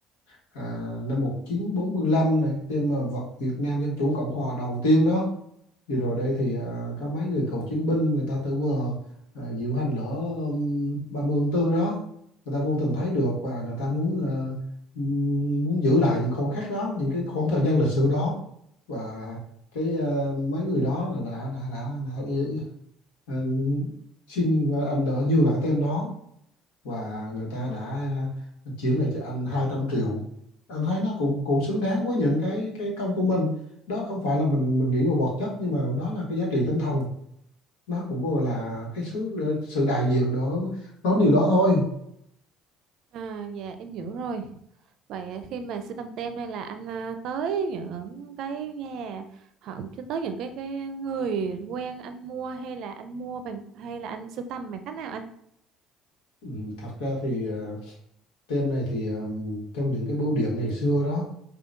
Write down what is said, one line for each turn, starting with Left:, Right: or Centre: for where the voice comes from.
Left: à, năm 1945 này thêm mà vật Việt Nam Dân Chủ Cộng Hòa đầu tiên đó Vừa rồi đây thì à, có mấy người cựu chiến binh người ta tự vừa à, diễu hành lễ um, 30 tháng 4 đó người ta vô tình thấy được và người ta muốn à, muốn giữ lại những khoảnh khắc đó những cái khoảng thời gian lịch sử đó và cái à, mấy người đó là đã đã đã, đã, đã đã, đã xin và anh đỡ như là cái tem đó và người ta đã ờ, chuyển lại cho anh hai trăm triệu anh thấy nó cũng cũng xứng đáng với những cái cái công của mình đó không phải là mình mình nghĩ về vật chất nhưng mà đó là cái giá trị tinh thần nó cũng gọi là cái sự sự đại diện đó đó điều đó thôi
Right: À, dạ em hiểu rồi. Vậy khi mà sưu tầm tem đây là anh ờ, tới những cái nhà họ tới những cái cái người quen anh mua hay là anh mua bằng hay là anh sưu tầm bằng cách nào anh?
Left: ừ, thật ra thì ờ, tem này thì ờ, trong những cái bưu điện ngày xưa đó